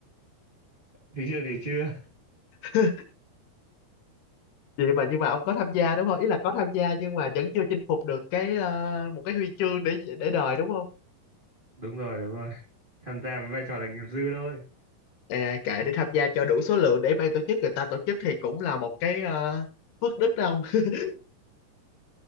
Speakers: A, on the right; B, on the left.
A: thì chưa thì chưa
B: <laughs> vậy mà nhưng mà ông có tham gia đúng không ý là có tham gia nhưng mà vẫn chưa chinh phục được cái ờ, một cái huy chương để để đời đúng không
A: <laughs> đúng rồi đúng rồi tham gia với vai trò là nghiệp dư thôi
B: à kệ đi tham gia cho đủ số lượng để ban tổ chức người ta tổ chức thì cũng là một cái ờ, phước đức đâu <laughs>